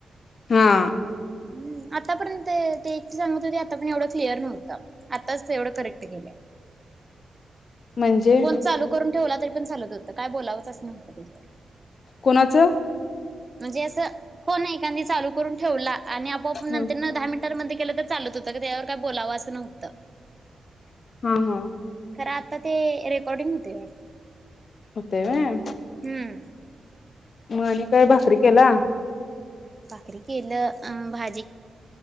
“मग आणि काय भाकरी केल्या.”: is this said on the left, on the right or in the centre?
Left